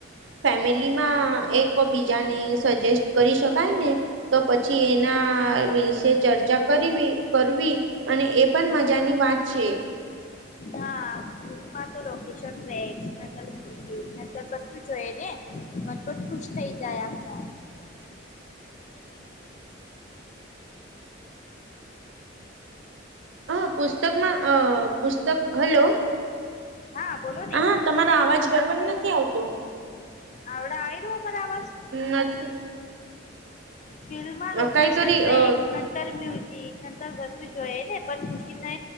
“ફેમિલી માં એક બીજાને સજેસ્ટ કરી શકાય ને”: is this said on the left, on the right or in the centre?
Right